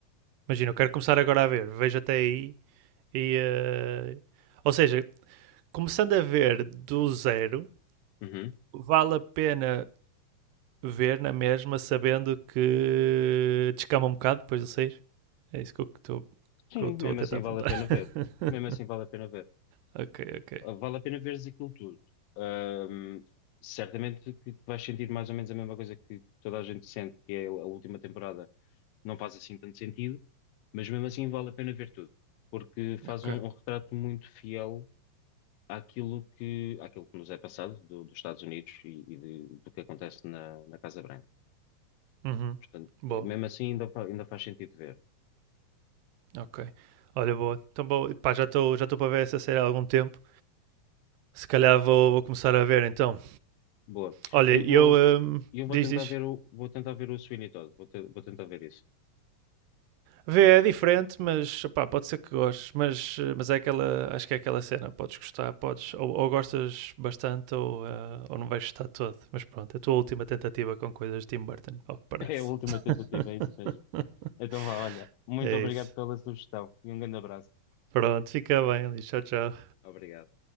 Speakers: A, on the right; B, on the left.
A: Imagina, eu quero começar agora a ver, vejo até aí e. eh, Ou seja, começando a ver do zero,
B: Uhum.
A: vale a pena ver na mesma, sabendo que descama um bocado depois de sair? É isso que eu estou
B: Sim,
A: que eu estou
B: mesmo
A: a tentar
B: assim vale
A: perguntar.
B: a pena
A: <laughs>
B: ver. Mesmo assim vale a pena ver.
A: ok, ok.
B: Vale a pena veres aquilo tudo. Ahm, certamente que que vais sentir mais ou menos a mesma coisa que que toda a gente sente, que é a última temporada não faz assim tanto sentido, mas mesmo assim vale a pena ver tudo, porque faz
A: Ok.
B: um, um retrato muito fiel àquilo que, àquilo que nos é passado do- dos Estados Unidos e, e de- do que acontece na, na Casa Branca.
A: Uhum.
B: Portanto,
A: Boa,
B: mesmo assim ainda, fa- ainda faz sentido ver.
A: ok. Olha, boa. Então, boa. Pá, já estou já estou para ver essa série há algum tempo. Se calhar vou, vou começar a ver então.
B: Boa.
A: Olha,
B: Eu
A: eu.
B: vou,
A: hum,
B: eu vou
A: diz,
B: tentar
A: diz.
B: ver o, vou tentar ver o Sweeney Todd, vou, te- vou tentar ver isso.
A: Vê é diferente, mas pá, pode ser que gostes. Mas, eh, mas é aquela. Acho que é aquela cena. Podes gostar, podes. Ou, ou gostas bastante ou, eh, ou não vais gostar todo. Mas pronto, é a tua última tentativa com coisas de Tim Burton, ao que parece.
B: <laughs> É a última
A: <laughs>
B: tentativa, é isso mesmo. Então vá, olha, muito
A: é
B: obrigado
A: isso.
B: pela sugestão e um grande abraço.
A: Pronto, fica bem, Liz. Tchau, tchau.
B: Obrigado.